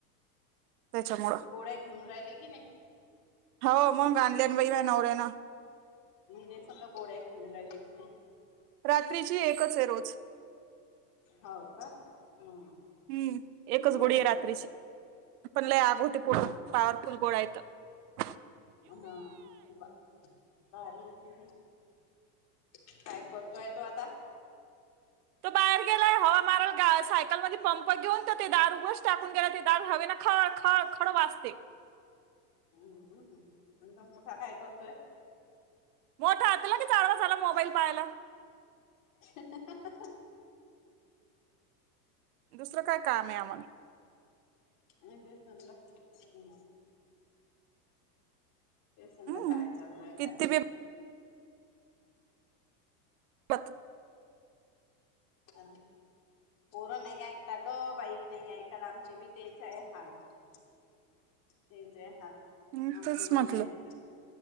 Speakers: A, on the right; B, on the left.
A: तर त्याच्यामुळं
B: गोड्या घेऊन राहिले की नाही
A: हो मग आणल्यान वई म नवऱ्या ना
B: मजे सल गोडा एक धंद राहिली त मी
A: रात्रीची आहे रोज
B: हो का हम
A: हम्म एकच
B: बरोबर
A: गोळी आहे रात्रीची पण ल आग होते
B: हा
A: पोण पाॉवरफुल गोड आहे <unintelligible>
B: हा बा भारी असे ना काय करतोय तो आता
A: तो बाहेर गेलाय हवा मारळ सायकलमध्ये पंप घेऊन त ते दार उभच टाकून गेला ते दार हवे ना खळ खळ खळ वाचते
B: हम्मम् आणि मोठा काय करतोय
A: मोठा हातला की चार वाज झाला मोबाईल पाहायला
B: <unintelligible>
A: दुसरं काय काम आहे आम्हाला
B: अल ते समध
A: हम्म.
B: काय चाललंय
A: किती
B: काय
A: बी मत
B: ह पोरं नाही ऐकता ग बाई नाही ऐकत आमचे बी तेच आहे हाल तेच आहे हाल
A: ह्
B: आमचे
A: तेच
B: बी
A: म्हटलं
B: नाही ऐकता